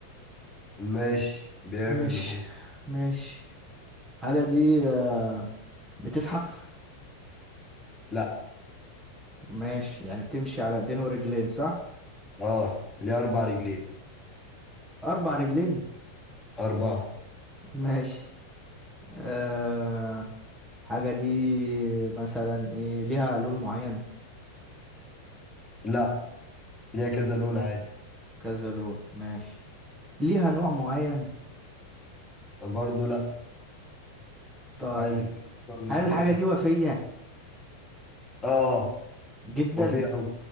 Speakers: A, on the left; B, on the right.
A: ماشي بياكل
B: ماشي
A: لحوم
B: ماشي الحاجة دي آه بتزحف
A: لا
B: ماشي يعني بتمشي على ايدين ورجلين صح
A: اه ليه اربع رجلين
B: اربع رجلين
A: اربعة
B: ماشي آه حاجة دي مثلا ايه ليها لون معين
A: لا ليها كذا لون عادي
B: كذا لون ماشي ليها نوع معين
A: برضه لا
B: طيب
A: عادي في فطار وانت
B: هل
A: ايه
B: الحاجة دي وفية
A: <laughs> اه
B: جدا
A: وفيه قوي